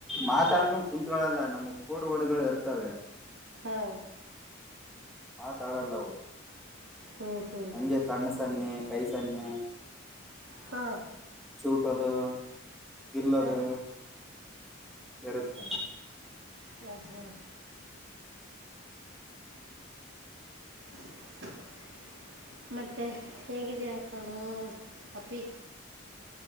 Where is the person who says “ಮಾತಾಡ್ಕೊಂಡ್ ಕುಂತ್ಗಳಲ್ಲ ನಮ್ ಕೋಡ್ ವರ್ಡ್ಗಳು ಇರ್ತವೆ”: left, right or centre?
Centre